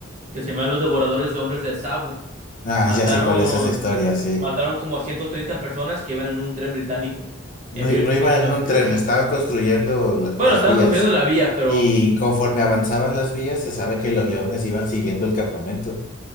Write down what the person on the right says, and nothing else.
que se llama los devoradores de hombres de Sabo
Mataron,
mataron como a 130 personas que iban en un tren británico en
mil ochocientos
noventa
y ocho
Bueno, estaban
construyendo la vía, pero